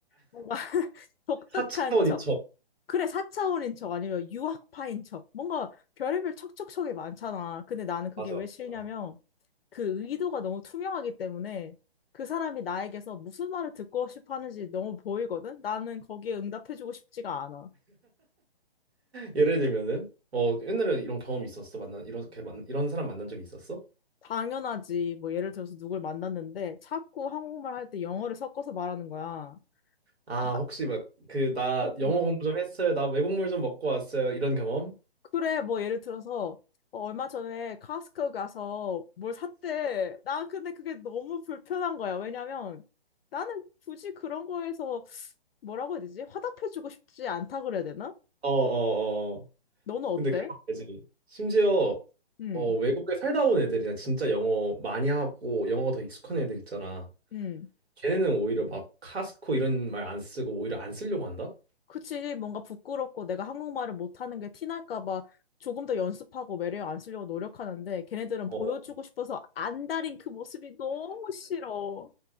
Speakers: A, on the left; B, on the right.
A: 뭔가 <laughs> 독특한
B: 4차원
A: 척,
B: 이첩.
A: 그래, 사차원인 척, 아니면 유학파인 척, 뭔가 별의별 척척척이 많잖아. 근데 나는 그게
B: 맞아.
A: 왜 싫냐면
B: 어.
A: 그 의도가 너무 투명하기 때문에 그 사람이 나에게서 무슨 말을 듣고 싶어 하는지 너무 보이거든? 나는 거기에 응답해주고 싶지가 않아.
B: 예를 들면은 어, 옛날에 이런 경험이 있었어. 만난 이렇게 만, 이런 사람 만난 적이 있었어?
A: 당연하지. 뭐 예를 들어서 누굴 만났는데 자꾸 한국말 할 때 영어를 섞어서 말하는 거야.
B: 아,
A: 나-
B: 혹시 막 그 나
A: 어.
B: 영어 공부 좀 했어요. 나 외국물 좀 먹고 왔어요. 이런 경험?
A: 그래, 뭐 예를 들어서 어, 얼마 전에 카스코 가서 뭘 샀대. 난 근데 그게 너무 불편한 거야. 왜냐면 나는 굳이 그런 거에서 뭐라고 해야 되지? 화답해주고 싶지 않다 그래야 되나?
B: 어, 어, 어.
A: 너는 어때?
B: 근데 그런 거지. 심지어
A: 응,
B: 어, 외국에 살다 온 애들이나 진짜 영어 많이 하고 영어 더 익숙한 애들 있잖아.
A: 응.
B: 걔네는 오히려 막 카스코 이런 말 안 쓰고 오히려 안 쓰려고 한다?
A: 그치, 뭔가 부끄럽고 내가 한국말을 못하는 게 티날까 봐 조금 더 연습하고 매력 안 쓰려고 노력하는데 걔네들은 보여주고
B: 어.
A: 싶어서 안 다린 그 모습이 너무 싫어.